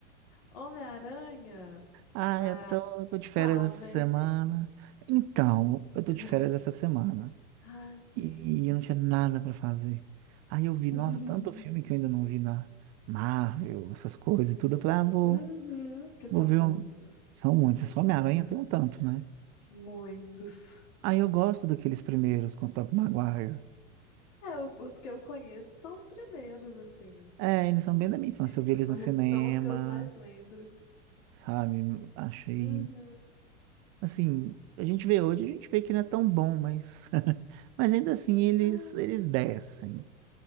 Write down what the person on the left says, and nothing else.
Homem-Aranha?
Mas
qual,
né?
<laughs>
Ah, sim.
<laughs>
Uhum, que são
muitos.
<laughs>
Muitos.
É, o- os que eu conheço são os primeiros, assim.
<laughs>
Foi-
São os que eu mais lembro.
Uhum.
Ai,